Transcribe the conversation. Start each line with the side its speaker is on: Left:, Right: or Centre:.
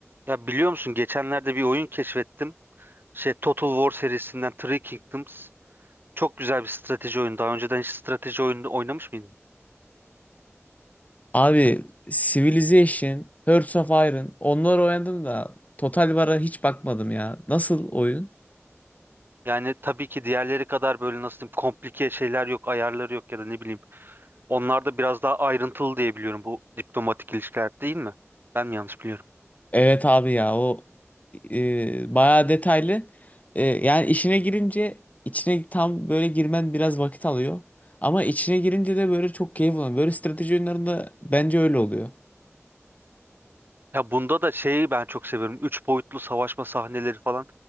Right: Ya biliyor musun geçenlerde bir oyun keşfettim. Şey Total War serisinden Three Kingdoms. Çok güzel bir strateji oyunu. Daha önceden hiç strateji oyunu oynamış mıydın?
Left: Abi Civilization, Hearts of Iron onlar oynadım da Total War'a hiç bakmadım ya. Nasıl oyun?
Right: Yani tabii ki diğerleri kadar böyle nasıl diyeyim komplike şeyler yok, ayarları yok ya da ne bileyim. Onlar da biraz daha ayrıntılı diye biliyorum bu diplomatik ilişkiler değil mi? Ben mi yanlış biliyorum?
Left: Evet abi ya o e, bayağı detaylı. E, yani işine girince içine tam böyle girmen biraz vakit alıyor. Ama içine girince de böyle çok keyif alıyor. Böyle strateji oyunlarında bence öyle oluyor.
Right: Ya bunda da şeyi ben çok seviyorum. Üç boyutlu savaşma sahneleri falan